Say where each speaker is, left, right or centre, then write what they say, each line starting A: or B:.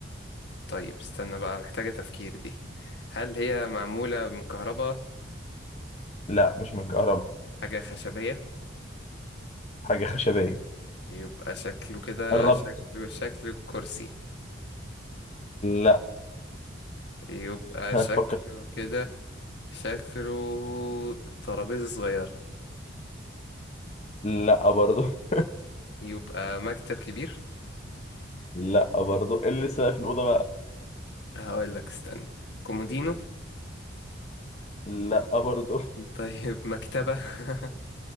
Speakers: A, on the left (about 60°); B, on the left (about 35°).
A: طيب استنى بقى محتاجة تفكير دي هل هي معمولة من كهرباء
B: لا مش من كهرباء
A: حاجة خشبية
B: حاجه خشبيه
A: يبقى شكله كده
B: قربت
A: شكله شكله كرسي
B: لا
A: يبقى
B: <laughs>
A: شكله
B: فكر
A: كده شكله ترابيزة صغيرة
B: لا برضو <laughs>
A: يبقى مكتب كبير
B: لا برضو إيه اللي لسه في الأوضة بقى
A: هقول لك استنى كومودينو
B: لا برضو
A: طيب مكتبة <laughs>